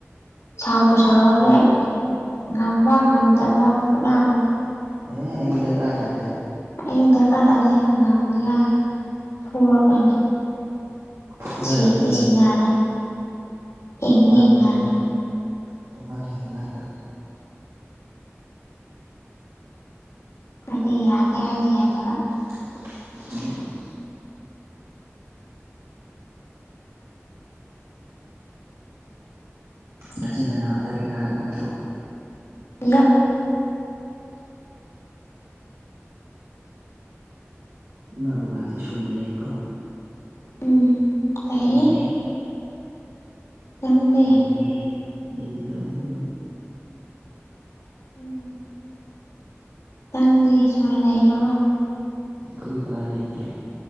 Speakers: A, on the left; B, on the right.
A: ꯁꯥꯎꯕꯨ ꯁꯥꯎꯔꯗꯤ ꯉꯝꯕ ꯉꯝꯗꯕ ꯐꯨꯅꯥꯒꯅꯤ
B: ꯑꯦ ꯑꯩꯗꯤ ꯗꯥꯀꯥꯔ ꯇꯥꯗꯦ
A: ꯑꯩꯁꯨ ꯗꯔꯀꯥꯔ ꯇꯥꯗꯤ ꯍꯦ ꯉꯝꯅꯤꯉꯥꯏ ꯐꯨꯔꯛꯀꯅꯤ
B: ꯐꯨꯗꯔꯛꯇꯨꯢꯅꯦ
A: ꯁꯤꯗꯤ ꯁꯤꯅꯔꯦ ꯍꯤꯡꯗꯤ ꯍꯤꯡꯅꯔꯦ
B: <inaudible> ꯑꯗꯨꯗꯤ ꯍꯦꯟꯃꯟꯗ꯭ꯔꯣ
A: ꯑꯩꯗꯤ ꯌꯥꯗꯦ ꯍꯥꯏꯔꯗꯤ ꯌꯥꯗꯦ ꯌꯥꯗꯕ
B: ꯎꯝ ꯅꯆꯤꯟ ꯅꯅꯥꯎ ꯇꯔꯦꯠ ꯍꯥꯏꯕ ꯅꯠꯇ꯭ꯔꯣ
A: ꯌꯦꯠ <inaudible>
B: ꯏꯃꯥ ꯕꯕꯥꯗꯤ ꯁꯨꯅ ꯂꯩꯔꯤꯀꯣ
A: ꯎꯝ ꯂꯩꯌꯦ
B: ꯑꯝ
A: ꯅꯪꯗꯤ
B: ꯑꯗꯨꯗꯤ ꯂꯨꯅ ꯇꯧꯕꯤꯌꯣ
A: ꯎꯝ ꯅꯪꯗꯤ ꯁꯨꯅ ꯂꯩꯔꯤꯕꯣ
B: ꯈꯣꯢ ꯕꯥ ꯂꯩꯇꯦ